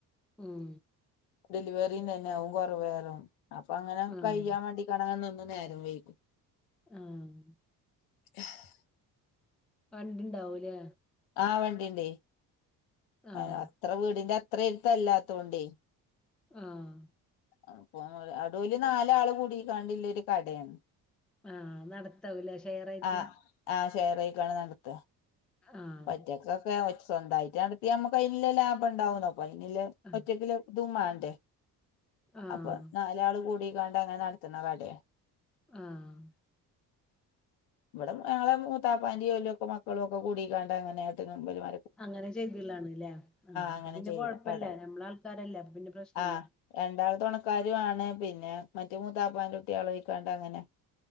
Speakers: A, in the centre; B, on the left.
A: ഉം.
B: ഡെലിവറീം തന്നെ അകും കൊറവയറും അപ്പൊ അങ്ങനെ
A: ആഹ്
B: കയ്യാൻ വേണ്ടി കണാൻ നിന്ന് നേരം വെയ്കും.
A: ആഹ്.
B: <unintelligible>
A: വണ്ടിണ്ടാവുല്ലേ
B: ആഹ് വണ്ടിണ്ടേ
A: ആഹ്
B: ആ അത്ര വീടിന്റെ അത്ര എരുത്തല്ലാത്തൊണ്ടേ-
A: ആഹ്
B: അപ്പൊ അടൂല് നാലാള് കൂടി കാണ്ടില്ലൊരു കടെണ്
A: ആഹ് നടത്താവൂലെ ഷെയറായിട്ട്.
B: ആഹ് ആഹ് ഷേറായിക്കാണ് നടത്ത
A: ആഹ്
B: ഒറ്റക്കൊക്കെ സ്വന്തായിട്ട് നടത്തിയാ നമ്മുക്ക് അതിനിലില്ല ലാഭം ഉണ്ടാവുന്നോക്ക അയ്നുള്ളെ
A: ആഹ്
B: ഒറ്റക്കുല്ലേ ദുമ്മാന്റെ
A: ആഹ്
B: അപ്പൊ നാലാള് കൂടി കാണ്ട് അങ്ങനെ നടത്ത്ണ കടയാ.
A: ആഹ്
B: ഇവിടെ ഞങ്ങളെ മൂത്താപ്പാന്റെ ഓല് മക്കളും ഒക്കെ കൂടി കണ്ടേ അങ്ങനെ ആട്ടിങ്കോണ്ട് ഒരുമലും
A: അങ്ങനെ ചെയ്ത്ള്ളാണ്ല്ലേ
B: അങ്ങനെ
A: അപ്പൊ പിന്നെ
B: ചെയ്യ
A: കൊഴപ്പില്ല
B: കട
A: നമ്മളെ ആൾക്കാരല്ലെ അപ്പൊ പിന്നെ പ്രശ്നില്ല
B: ആഹ് രണ്ടാള് തോണക്കാര് ആണ് പിന്നെ മറ്റ മൂത്താപ്പാന്റുട്ടിയെള്ഴിക്കാണ്ട് അങ്ങനെ.